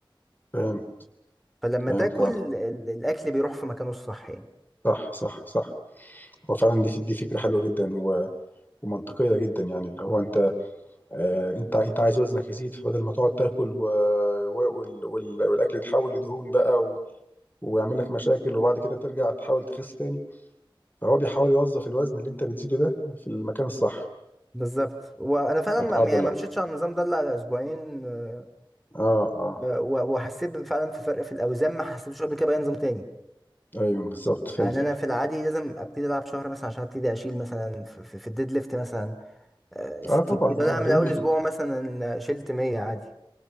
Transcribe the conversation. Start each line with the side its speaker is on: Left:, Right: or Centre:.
Left: فهمت
Centre: فلما
Left: فهمت
Centre: تاكل
Left: اه
Centre: ال- الاكل بيروح في مكانه الصح يعني
Left: صح صح صح هو فعلا دي دي فكره حلوه جدا و- ومنطقيه جدا يعني اللي هو انت آه انت انت عايز وزنك يزيد فبدل ما تقعد تاكل و... و... وال... وال... والاكل يتحول لدهون بقى و... ويعمل لك مشاكل وبعد كده ترجع تحاول تخس تاني فهو بيحاول يوظف الوزن اللي انت بتزيده ده في المكان الصح
Centre: بالظبط وانا فعلا
Left: العضله
Centre: ما يعني ما مشيتش على النظام ده الا على اسبوعين آه،
Left: اه اه
Centre: و- وحسيت فعلا في فرق في الاوزان ما حسيتوش قبل كده باي نظام تاني
Left: ايوه بالظبط
Centre: يعني
Left: فاهم
Centre: انا في العادي لازم ابتدي العب شهر مثلا عشان ابتدي اشيل مثلا في, في في الديد ليفت مثلا آه، 60
Left: اه طبعا
Centre: كيلو انا
Left: تمارين
Centre: من اول اسبوع مثلا شلت 100 عادي